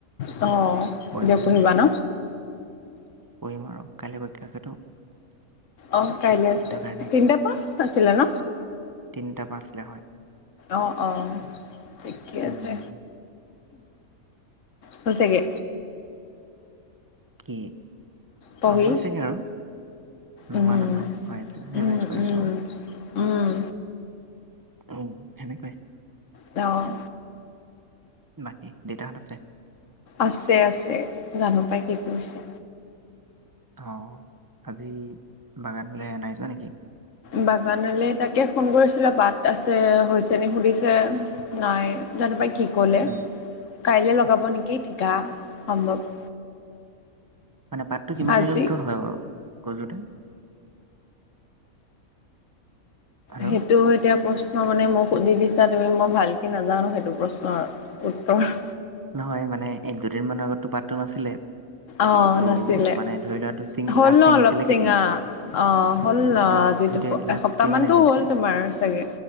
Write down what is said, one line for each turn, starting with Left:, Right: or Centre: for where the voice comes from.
Left: অ',
Right: পঢ়িমতে
Left: এতিয়া পঢ়িবা
Right: লাগ
Left: ন?
Right: পঢ়িম আৰু কাইলৈ পৰীক্ষা আছেতো।
Left: অ, কাইলে আছে
Right: সেইটো কাৰণে
Left: তিনতা পা আছিলে ন?
Right: তিনিটাৰ পা আছিলে হয়।
Left: অ, অ, ঠিকে
Right: উম
Left: আছে হৈছেগে।
Right: কি
Left: পঢ়ি
Right: হৈছেগে আৰু। নহোৱা
Left: উম,
Right: নহয় হৈ আছে ৰিভাইজ
Left: উম,
Right: কৰিছোঁ
Left: উম,
Right: আৰু।
Left: উম,
Right: অ, সেনেকুৱাই
Left: অ',
Right: বাকী দেউতাহত আছে।
Left: আছে-আছে জানো পাই কি কৰিছে?
Right: অ, আজি বাগান বোলি নাই যোৱা নেকি?
Left: বাগানলে তাকে ফোন কৰিছিলে বাট আছে হৈছে নি সুধিছে। নাই জানো পাই কি কলে
Right: উম
Left: কাইলে লগাব নেকি ঠিকা সম্ভৱ।
Right: মানে পাতটো কিমান
Left: আজি
Right: দিনৰ ভিতৰত হয় বাৰু গজোঁতে। হেল্ল'
Left: সেইটোও এতিয়া, মই মানে, মোক সুধি দিছা তুমি মই ভালকৈ নাজানোঁ সেইটো প্ৰশ্নৰ আৰু, উত্তৰ।
Right: নহয় মানে, এক, দুদিন মানৰ আগতটো পাঠটো নাছিলে।
Left: অ',
Right: ত'
Left: নাছিলে
Right: মানে ধৰি লোৱাটো ছিঙি
Left: হ'ল
Right: লাষ্ট
Left: ন
Right: ছিঙিছিলে
Left: ', অলপ চিঙা,
Right: কেতিয়া
Left: অ', হ'ল ন'।
Right: ত'
Left: যিটো
Right: সেইটোৱে লাষ্ট
Left: এসপ্তাহমানটো
Right: কিমান দিন হৈছিলে
Left: হ'ল, তোমাৰ চাগে।